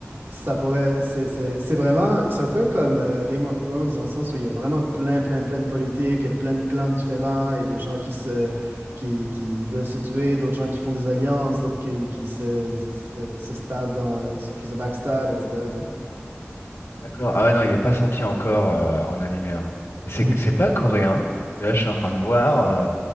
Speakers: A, on the right; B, on the left.
A: ça pourrait. C'est c'est- c'est vraiment. C'est un peu comme euh, Game of Thrones dans le sens où il y a vraiment plein, plein, plein de politiques, et plein de clans différents et des gens qui se. Qui, qui veulent se tuer, d'autres gens qui font des alliances, d'autres qui, qui se, se, se stab dans, qui se backstab, etc. tu
B: d'accord. Ah ouais, non, il est pas sorti encore euh, en animé. hein. Et c'est
A: sais.
B: c'est pas coréen, parce que là, je suis en train de voir euh,